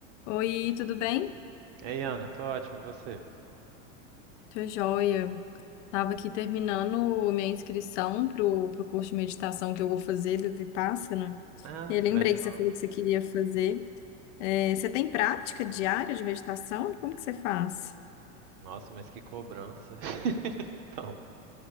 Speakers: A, on the left; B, on the right.
A: Oi, tudo bem?
B: Ei, Ana, tô ótimo, e você?
A: Tô joia. Tava aqui terminando minha inscrição pro, pro curso de meditação que eu vou fazer do Vipassana.
B: Ah,
A: E
B: você
A: eu lembrei
B: vai de
A: que
B: novo.
A: você falou que você queria fazer. É, você tem prática diária de meditação? Como que você faz?
B: Nossa, mas que cobrança. <laughs> Então,